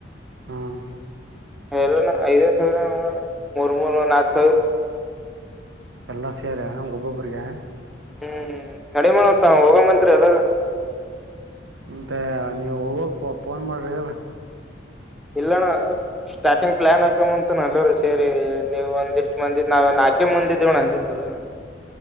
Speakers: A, on the right (about 80°); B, in the centre.
A: ಹ್ಮ.
B: ಎಲ್ಲ ಐದೈದು ಸಾವಿರ ಮೂರ್ ಮೂರ್ ನಾಕು ಸಾವಿರ..
A: ಎಲ್ಲಾರ ಸೇರ ಒಬ್ಬೊಬ್ರಿಗೆರಿಗೆ..
B: ಹ್ಮ್ ನಡಿ ಮಾಡತ್ತ ಹೋಗ ಮಂರಿ ಎಲ್ಲಾರೂ..
A: ಮತ್ತೆ ನೀವು ಹೋಗಕ್ ಫೋನ್ ಮಾಡ್ರಿ.
B: ಇಲ್ಲಣ್ಣ ಸ್ಟಾರ್ಟಿಂಗ್ ಪ್ಲಾನ್ ಹಾಕಂತ ಅಲ್ಲರು ಸೇರಿ ನೀವು ಒಂದಿಷ್ಟ್ ಮಂದಿ ನಾವ್ ನಾ. ಆಕೆ ಮುಂದಿದ್ದವಣ ಹಂಗಿದ್ರು.